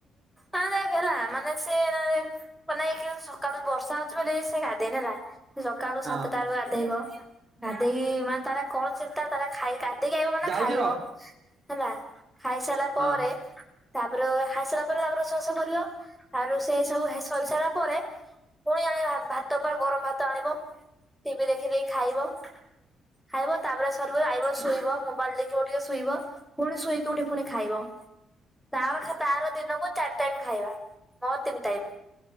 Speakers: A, in the centre; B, on the right.
A: ହଁ ଦେଖ ହେଲା ମାନେ ସେ <unintelligible> ମାନେ କେ <unintelligible> ସକାଳୁ ବର୍ଷା ହଉଛି ବୋଲି ସେ ଗାଧେଇନି ହେଲା। ସକାଳୁ
B: ହଁ
A: ସାତଟାରୁ ଗାଧେଇବ, ଗାଧେଇକି ମାନେ ତାର କଣ ଚିନ୍ତା ତାର ଖାଇ ଗାଧେଇ ଗାଧେଇଲି ଆଗ ମାନେ
B: ଯାଉଚି
A: ଖାଇବ
B: ରହ
A: ହେଲା, ଖାଇ ସାଇଲା ପରେ
B: ହଁ।
A: ତାପରେ ଖାଇସାରିଲା ପରେ ତାପରେ ସୁଆ ସୋଇ କରିବ, ତାର ସେ ସବୁ ସରି ସାରିଲା ପରେ ପୁଣି ଆଣିବ ଭାତ ପୁରା ଗରମ ଭାତ ଆଣିବ, ଟିଭି ଦେଖି ଦେଖି ଖାଇବ। ଖାଇବ, ତାପରେ ସରିବ ଆଇବ ଶୋଇବ ମୋବାଇଲ ଦେଖିବ ଟିକେ ଶୋଇବ। ପୁଣି ଶୋଇକି ଉଠି ପୁଣି ଖାଇବ। ତାର ଖା ତାର ଦିନକୁ ଚାରି ଟାଇମ୍ ଖାଇବା, ମୋ ତିନି ଟାଇମ୍।